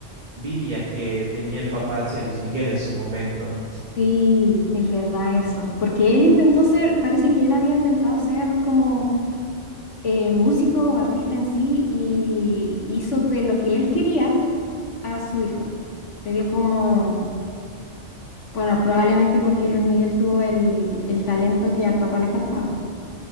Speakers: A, on the right; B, on the left.
A: envidia que tenía el papá hacia Luis Miguel en su momento.
B: Sí, es verdad eso. Porque él intentó ser, parece que él había intentado ser como eh, músico o artista en sí y hizo de lo que él quería a su hijo. Le dio como, bueno, probablemente porque Luis Miguel tuvo el, el talento que al papá le faltaba.